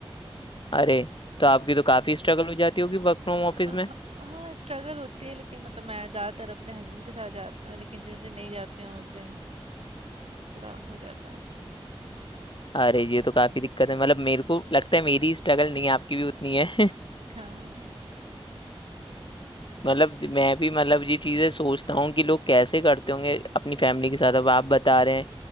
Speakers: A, on the left; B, on the right.
A: अरे तो आपकी तो काफी स्ट्रगल हो जाती होगी वर्क फ्रॉम
B: हाँ
A: ऑफिस में
B: स्ट्रगल होती है लेकिन मतलब मैं ज़्यादातर अपने हस्बैंड के साथ जाती हूँ लेकिन जिस दिन नहीं जाती हूँ उस दिन थोड़ा हो जाता है
A: अरे ये तो काफी दिक्कत है मतलब मेरे को लगता है मेरी स्ट्रगल नहीं है, आपकी भी उतनी है
B: हाँ जी।
A: मतलब मैं भी मतलब ये चीजें सोचता हूँ कि लोग कैसे करते होंगे अपनी फैमिली के साथ अब आप बता रहे हैं